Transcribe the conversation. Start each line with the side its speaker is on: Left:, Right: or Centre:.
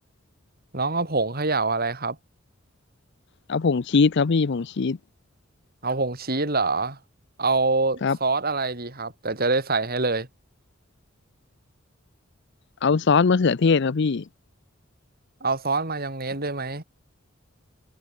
Right: น้องเอาผงเขย่าอะไรครับ
Left: เอาผงชีสครับพี่ผงชีส
Right: เอาผงชีสเหรอเอา
Left: ครับ
Right: ซอสอะไรดีครับแต่จะได้ใส่ให้เลย
Left: เอาซอสมะเขือเทศครับพี่
Right: เอาซอสมายองเนสด้วยไหม